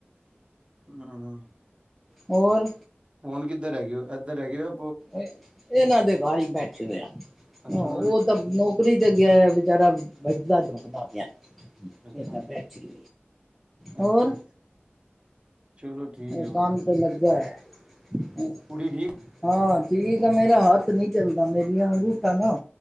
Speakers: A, on the right; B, in the centre.
A: ਹੂੰ,
B: ਹੋਰ?
A: ਹੁਣ ਕਿੱਧਰ ਹੈਏ ਹੋ, ਇੱਧਰ ਹੈਗੇ ਹੋ।
B: ਇਹਨਾਂ ਦੇ ਬਾਹਰ ਹੀ ਬੈਠੇ
A: ਅੱਛਾ
B: ਉਹ
A: ਉਹਨਾਂ ਦੇ ਘਰ,
B: ਤਾਂ ਨੌਕਰੀ ਤੇ ਗਿਆ, ਵਿਚਾਰਾ ਵੱਜਦਾ ਦੁਕਦਾ ਪਿਆ।
A: ਅੱਛਾ,
B: ਇਹ ਤਾਂ ਬੈਠੀ, ਹੋਰ
A: ਅੱਛਾ ਚਲੋ ਠੀਕ
B: ਉਹ
A: ਐ ਵਧੀਆ,
B: ਕੰਮ ਤੇ ਲੱਗਿਆ ਹੋਇਆ।
A: ਕੁੜੀ ਠੀਕ।
B: ਹਾਂ, ਠੀਕ ਆ ਮੇਰਾ ਹੱਥ ਨਹੀਂ ਚੱਲਦਾ, ਮੇਰੀਆਂ ਅੰਗੂਠਾ ਨਾ